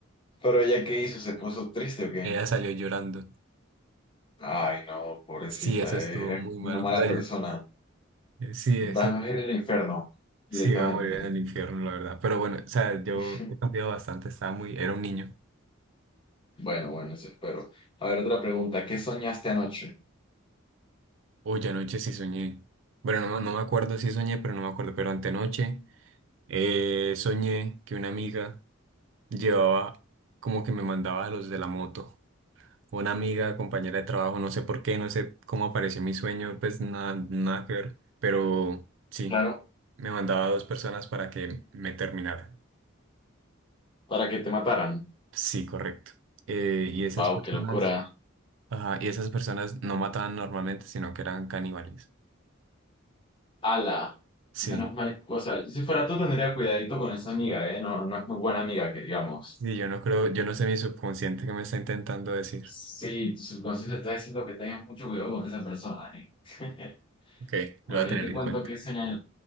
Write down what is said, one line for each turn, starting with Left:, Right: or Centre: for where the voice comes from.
Left: Pero ella qué hizo, ¿se puso triste o qué?
Right: Ella salió llorando.
Left: Ay no, pobrecita,
Right: Sí, eso estuvo
Left: eres
Right: muy maluco.
Left: una mala
Right: O sea,
Left: persona.
Right: yo- sí, eso.
Left: Vas a ir al infierno directamente.
Right: Sí, va a morir en el infierno, la verdad. Pero bueno, o sea, yo
Left: <laughs>
Right: he cambiado bastante, estaba muy, era un niño.
Left: Bueno, bueno, eso espero. A ver, otra pregunta, ¿qué soñaste anoche?
Right: Uy, anoche sí soñé. Bueno, no, no me acuerdo si soñé, pero no me acuerdo. Pero antenoche eh, soñé que una amiga llevaba, como que me mandaba a los de la moto. Una amiga, compañera de trabajo, no sé por qué, no sé cómo apareció en mi sueño, pues nada, nada que ver. Pero sí,
Left: Claro,
Right: me mandaba a dos personas para que me terminaran.
Left: para que te mataran.
Right: Sí, correcto. Eh, y esas
Left: Wow,
Right: personas...
Left: qué locura.
Right: Ajá, y esas personas no mataban normalmente, sino que eran caníbales.
Left: Ala,
Right: Sí,
Left: menos mal, o sea, yo si fuera tú tendría cuidadito con esa amiga, ¿eh? No, no es muy buena amiga, que digamos.
Right: sí, yo no creo, yo no sé mi subconsciente que me está intentando decir.
Left: Sí, tu subconsciente está diciendo que tengas mucho cuidado con esa persona, ¿eh? <laughs>
Right: Ok,
Left: Bueno,
Right: lo voy a
Left: yo
Right: tener
Left: te
Right: en
Left: cuento
Right: cuenta.
Left: que soñé,